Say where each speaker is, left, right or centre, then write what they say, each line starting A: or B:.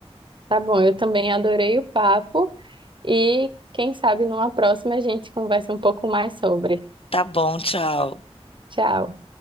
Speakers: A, on the right (about 50°); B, on the left (about 60°).
A: Tá bom, eu também adorei o papo e quem sabe numa próxima a gente conversa um pouco mais sobre.
B: Tá bom, tchau.
A: Tchau.